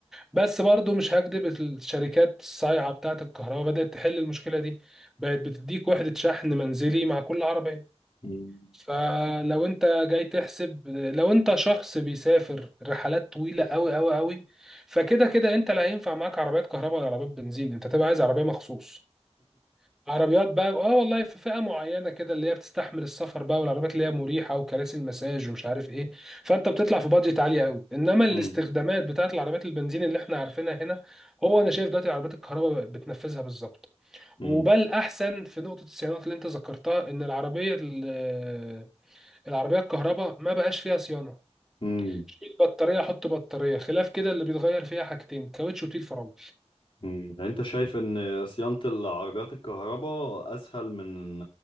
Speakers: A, in the centre; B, on the left (about 50°).
A: بس برضو مش هكدب الشركات الصايعه بتاعه الكهرباء بدات تحل المشكله دي بقت بتديك وحده شحن منزلي مع كل عربيه
B: مم.
A: فلو انت جاي تحسب لو انت شخص بيسافر رحلات طويله قوي قوي قوي فكده كده انت لا هينفع معاك عربيات كهرباء ولا عربيات بنزين انت تبقى عايز عربيه مخصوص عربيات بقى اه والله في فئه معينه كده اللي هي بتستحمل السفر بقى والعربيات اللي هي مريحه وكراسي المساج ومش عارف ايه فانت بتطلع في بادجت عاليه قوي انما
B: مم.
A: الاستخدامات بتاعت العربيات البنزين اللي احنا عارفينها هنا هو انا شايف دلوقتي العربيات الكهرباء بتنفذها بالظبط
B: مم.
A: وبل احسن في نقطه الصيانات اللي انت ذكرتها ان العربيه ال- آه، العربيه الكهرباء ما بقاش فيها صيانه
B: مم.
A: شيل بطاريه حط بطاريه خلاف كده اللي بيتغير فيها حاجتين كاوتش وتيل فرامل
B: مم. يعني انت شايف ان صيانة العربيات الكهرباء اسهل من